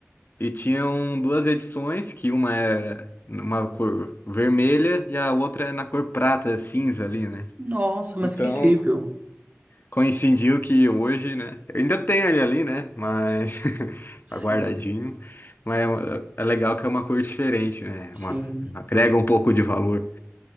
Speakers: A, on the left; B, on the right.
A: e tinham duas edições, que uma é uma cor vermelha e a outra é na cor prata, cinza ali, né?
B: Nossa, mas
A: Então,
B: que incrível.
A: Coincidiu que hoje, né? Eu ainda tenho ele ali, né? Mas <laughs>
B: Sim,
A: tá guardadinho. Mas é uma- é legal que é uma cor diferente, né?
B: sim.
A: Uma, agrega um pouco de valor.